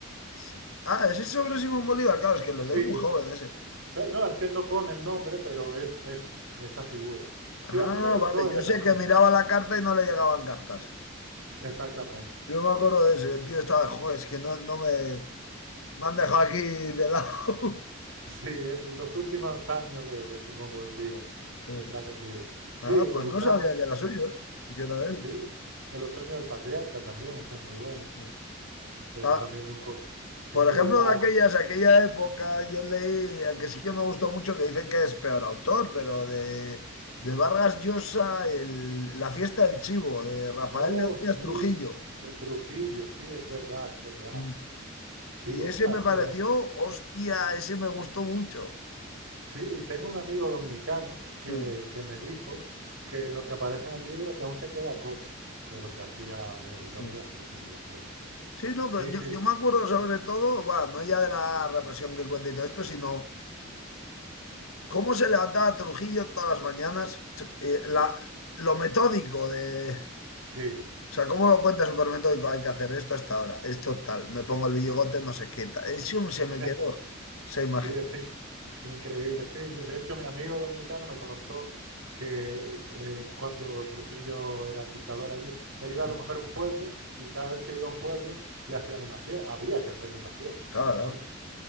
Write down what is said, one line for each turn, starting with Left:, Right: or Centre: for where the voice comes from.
Left: Sí. Ah, ese es sobre Simón Bolívar, claro, es que lo
Right: Sí,
Left: leí muy joven ese.
Right: claro, no, es que él no pone el nombre, pero es, es esa figura. Sí,
Left: Ah,
Right: a mí me gustó
Left: vale,
Right: ese
Left: yo
Right: también.
Left: sé que miraba la carta y no le llegaban cartas.
Right: Exactamente.
Left: Yo me acuerdo de eso, y el tío estaba, joder, es que no, no me, me han dejado aquí de lado.
Right: Sí, es los últimos años de, de Simón Bolívar.
Left: <laughs> Eh,
Right: Se trata el libro. Sí,
Left: Ah, pues
Right: me gustaba
Left: no sabía
Right: mucho.
Left: que era suyo, eh, que era de él.
Right: Sí, El otoño del patriarca también, ese es muy bueno.
Left: Eh.
Right: Ese
Left: Ah,
Right: es también de un, co- de
Left: Por
Right: un militar.
Left: ejemplo, de aquellas, aquella época, yo leí el que sí que me gustó mucho, que dicen que es peor autor, pero de, de Vargas Llosa, el- La fiesta del chivo, de Rafael
Right: Oh,
Left: Leónidas
Right: sí,
Left: Trujillo.
Right: de Trujillo, sí, es verdad, es verdad.
Left: Mm.
Right: Sí,
Left: Y
Right: o
Left: ese
Right: sea,
Left: me
Right: sí,
Left: pareció,
Right: eh,
Left: hostia, ese me gustó mucho.
Right: Sí, y tengo un amigo dominicano que,
Left: Mm,
Right: que me dijo que lo que aparece en el libro que aún se queda corto de lo que hacía el Leonidas
Left: mm.
Right: Trujillo. ese.
Left: Sí, no,
Right: Sí,
Left: pero
Right: sí,
Left: yo, yo me acuerdo sobre todo, va, no ya de la represión que cuenta y todo esto, sino cómo se levantaba Trujillo todas las mañanas, ch- eh, la- lo metódico de
Right: sí,
Left: O sea, ¿cómo lo cuenta Supermetódico? Hay que hacer esto hasta ahora, esto tal, me pongo el bigote, no sé qué tal. Y sí, se me
Right: <laughs>
Left: quedó esa imagen.
Right: sí, es in- increíble. Sí, yo- de hecho mi amigo dominicano me contó que eh, cuando Trujillo era el dictador allí, él iba a
Left: <laughs>
Right: lo mejor a un pueblo y cada vez que iba a un pueblo le hacían una fiesta, había que hacerle una fiesta
Left: Claro,
Right: por la
Left: claro.
Right: noche.